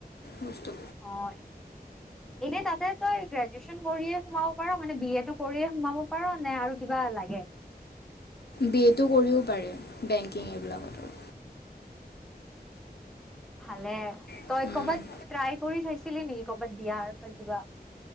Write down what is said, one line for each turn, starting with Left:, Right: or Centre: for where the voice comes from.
Left: বস্তু
Centre: অ'। এনে তাতে তই গ্ৰেজুৱেচন কৰিয়ে সোমাব পাৰ' মানে বি এটো কৰিয়ে সোমাব পাৰ নে আৰু কিবা ভাল লাগে।
Left: বি এটো কৰিও পাৰে বেংকিং এইবিলাকত।
Centre: ভালে
Left: আৰু
Centre: তই কৰবাত ট্ৰাই কৰি চাইছ। ছিলি নেকি কৰ'ৰবাত দিয়াৰ পৰা কিবা।